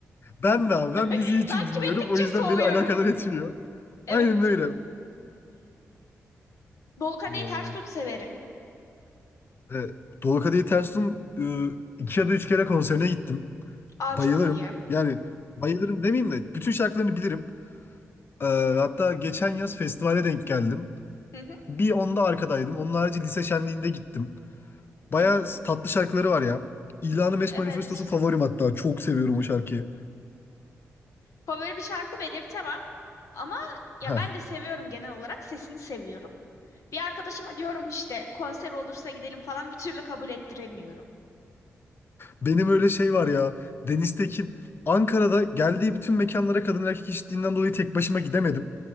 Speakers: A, on the left; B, on the left.
A: Ben de abi ben müziği
B: <laughs>
A: için
B: Takip
A: dinliyorum.
B: ettikçe
A: O yüzden
B: soğuyorum.
A: beni alakadar etmiyor.
B: <laughs> Evet.
A: Aynen öyle.
B: Dolu kadehi
A: Ay.
B: ters tut severim.
A: Evet. Dolu Kadehi Ters Tut'un e, iki ya da üç kere konserine gittim.
B: Aa
A: Bayılırım.
B: çok iyi.
A: Yani bayılırım demeyeyim de bütün şarkılarını bilirim. Ee, hatta geçen yaz festivale denk geldim.
B: Hı hı,
A: Bir onda arkadaydım. Onun harici lise şenliğinde gittim. Baya
B: hı hı.
A: tatlı şarkıları var ya. İlanı Meşk
B: Evet.
A: Manifestosu favorim hatta. Çok seviyorum o şarkıyı.
B: Favori bir şarkı belirtemem ama ya
A: Heh.
B: ben de seviyorum genel olarak sesini seviyorum. Bir arkadaşıma diyorum işte konser olursa gidelim falan bir türlü kabul ettiremiyorum.
A: Benim öyle şey var ya. Deniz Tekin. Ankara'da geldiği bütün mekanlara kadın erkek eşitliğinden dolayı tek başıma gidemedim.